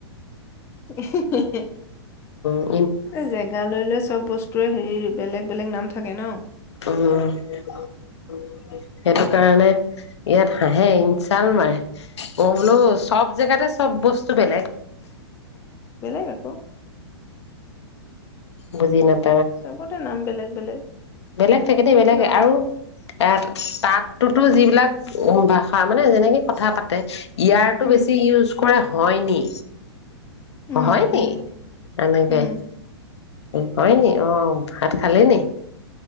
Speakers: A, on the left; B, on the left.
A: উ <inaudible>
B: অ
A: এ জেগা লৈ লৈ চব বস্তুৱে হেৰি বেলেগ বেলেগ নাম থাকে ন
B: উম সেইটো কাৰণে ইয়াত হাঁহে ইনচাল মাৰে মই বোলো চব জেগাতে চব বস্তু বেলেগ
A: বেলেগ আকৌ
B: বুজি নাপাই
A: চবতে নাম বেলেগ বেলেগ
B: বেলেগ থাকেতে বেলেগ
A: ল'ৰা
B: আৰু এ তাততোতো যিবিলাক ভাষা মানে যেনেকে কথা পাতে ইয়াৰটো
A: উম
B: বেছি ইউজ কৰে হয়নি
A: উম
B: হয়
A: উম
B: নি এনেকে
A: উম
B: হয় নি অ ভাত খালে ন